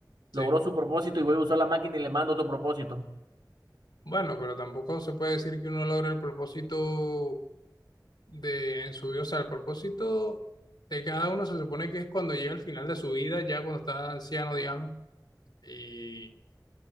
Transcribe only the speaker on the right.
logró su propósito y vuelve a usar la máquina y le manda otro propósito.